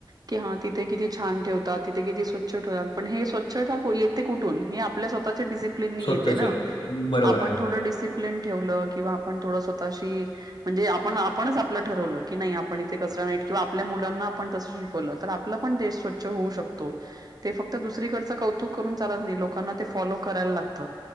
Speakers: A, on the right (about 45°); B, on the left (about 70°).
A: कि हा तिथे किती छान ठेवतात तिथ किती स्वच्छ ठेवतात पण हे स्वच्छ ये कुठून हे आपल्या स्वतःच्या स
B: स्वतःचे
A: े
B: बरोबर
A: आपण
B: आहे.
A: थोडं डिसिप्न ठेवलं किंवा आप थोड स्वतःशी म्हणजे आपण आपणच आपलं ठरवलं की नाही आपण इथे कचरा नाहीट किंवा आपल्या मुलांना आपण तस. तर आपला पण देश स्वच्छ होऊ शकतो. ते फक्त दुसरीकडचं कौतुक करून चालत नाही लोकांना ते फॉलो करायला लागतं.